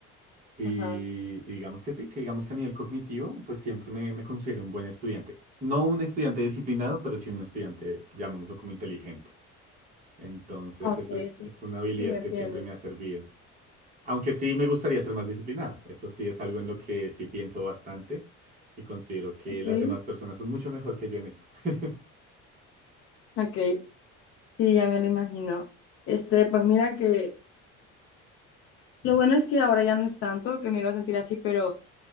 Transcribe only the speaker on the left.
ajá.
Ah, Ok,
sí,
sí, lo entiendo.
Ok.
Ok, sí, ya me lo imagino. Este, pues mira que lo bueno es que ahora ya no es tanto que me iba a sentir así, pero